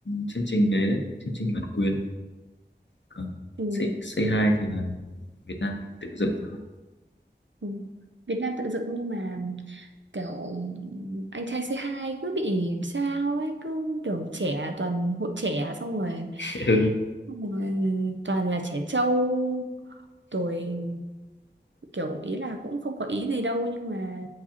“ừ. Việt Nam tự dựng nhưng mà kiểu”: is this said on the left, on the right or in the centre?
Right